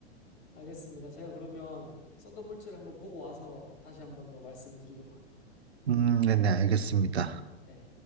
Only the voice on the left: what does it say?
알겠습니다. 제가 그러면 썬더볼츠를 한번 보고 와서 다시 한 번 더 말씀을 드리도록 할게요.
네.